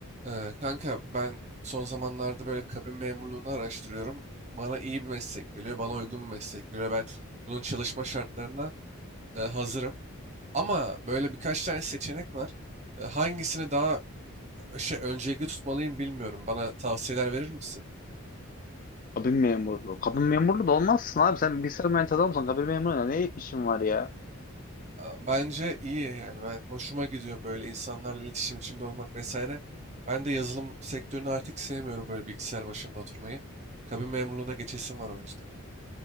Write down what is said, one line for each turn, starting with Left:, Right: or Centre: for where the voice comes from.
Right: Ee, kanka ben son zamanlarda böyle kabin memurluğunu araştırıyorum. Bana iyi bir meslek geliyor, bana uygun bir meslek geliyor. Ben bunun çalışma şartlarına e, hazırım. Ama böyle birkaç tane seçenek var. E, hangisini daha e, şey öncelikli tutmalıyım bilmiyorum. Bana tavsiyeler verir misin?
Left: Kabin memurluğu. Kabin memurluğu da olmazsın abi. Sen bilgisayar mühendisi adamsın. Kabin memurluğuna ne işin var ya?
Right: A- Bence iyi yani. Ben hoşuma gidiyor böyle insanlarla iletişim içinde olmak vesaire. Ben de yazılım sektörünü artık sevmiyorum böyle bilgisayar başında oturmayı. Kabin memurluğuna geçesim var o yüzden.